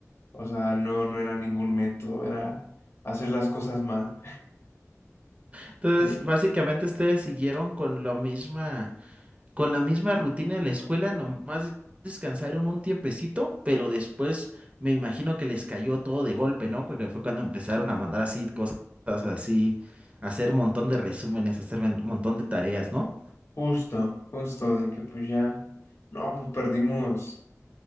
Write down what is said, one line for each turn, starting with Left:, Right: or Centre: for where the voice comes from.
Left: O sea, no, no era ningún método, era hacer las cosas mal.
Right: Entonces,
Left: Sí,
Right: básicamente ustedes siguieron con lo misma. con la misma rutina de la escuela, nomás descansaron un tiempecito, pero después me imagino que les cayó todo de golpe, ¿no? Porque fue cuando empezaron a mandar así cosas así, a hacer un montón de resúmenes, a hacer un montón de tareas, ¿no?
Left: justo, justo de que pues ya, no, pues perdimos,